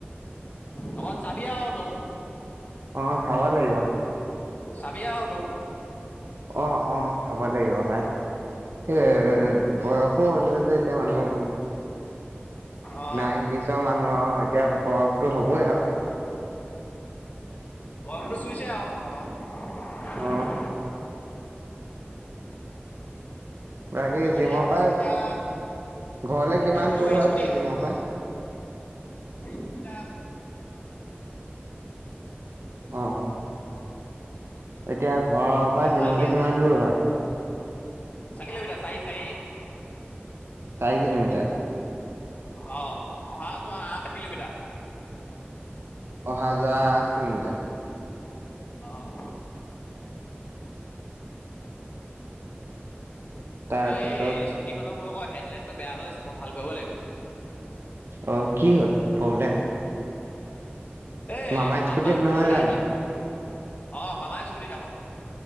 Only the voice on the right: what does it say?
অ চাব লাগিব।
অ অ চাব লাগিব পায়। এ বয়সো হৈছে যে এতিয়া মানুহবোৰ
নাইনটিচৰ মানুহ আৰু এতিয়া বয়সটো হ'বই আৰু।
অ বাকী
জিমৰ
পৰা
ঘৰলে কিমান
দূৰ হয়তো
জিমৰ পৰা।
অ। এতিয়া ঘৰৰ
পৰা
জিমলে
কিমান দূৰ হয়?
চাৰি কিলোমিটাৰ।
অহা যোৱা আঠ কিলোমিটাৰ।
তাৰপিছত
অঁ কি হ'ল প্ৰব্লেম?
মামাৰ স্কুটিত
নহয়
জানো